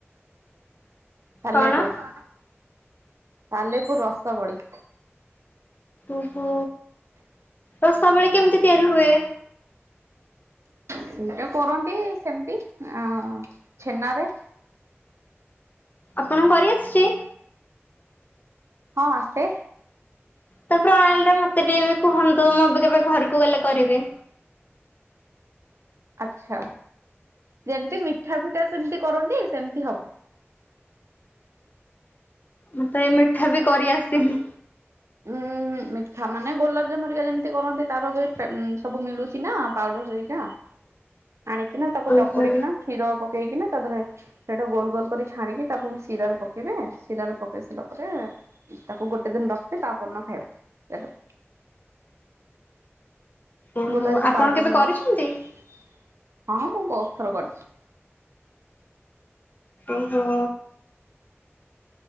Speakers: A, on the right (about 80°); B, on the left (about 40°).
A: ସାଲେପୁର
B: କଣ?
A: ସାଲେପୁର ରସାବଳି।
B: ଓହୋ ରସାବଳୀ କେମିତି ତିଆରି ହୁଏ?
A: ସେଟା କରନ୍ତି ସେମିତି ଅ ଛେନା ରେ।
B: ଆପଣଙ୍କୁ କରି ଆସିଛି?
A: ହଁ ଆସେ।
B: ତ ପ୍ରଣାଳୀ ଟା ମତେ ଟିକେ ବି କୁହନ୍ତୁ ମୁଁ ବି କେବେ ଘରକୁ ଗଲେ କରିବି?
A: ଆଚ୍ଛା ଯେମିତି ମିଠା ଫିଠା ସେମିତି କରନ୍ତି ସେମିତି ହବ।
B: ମତେ ଏ ମିଠା ବି କରି ଆସିନି।
A: ଉଁ ମିଠା ମାନେ ଗୋଲାପଜାମୁନ ହରିକା ଯେମିତି କରନ୍ତି ତାର ବି ସବୁ ମିଳୁଛି ନା ପାଉଡର ହେରିକା ଆଣିକିନା ତାକୁ
B: ଓହୋ
A: ଚକୁଡିକିନା କ୍ଷୀର ପ ପକେଇକିନା ତାଥରେ ସେଇଟା ଗୋଲ ଗୋଲ କରି ଛାଣିକି ତା ପଣି ଶିରାରେ ପକେଇବେ। ସିରାରେ ପକେଇ ସାରିଲା ପରେ ତାକୁ ଗୋଟେ ଦିନ ରଖିବେ ତାପର ଦିନ ଖାଇବେ।
B: ଓହୋ
A: ଗୋଲାପ ଜାମୁନ
B: ଆପଣ
A: ପାଉଡର
B: କେବେ
A: ମିଳୁଛି
B: କରିଛନ୍ତି?
A: ହଁ ମୁଁ ବହୁତ ଥର କରିଛି।
B: ଓହୋ।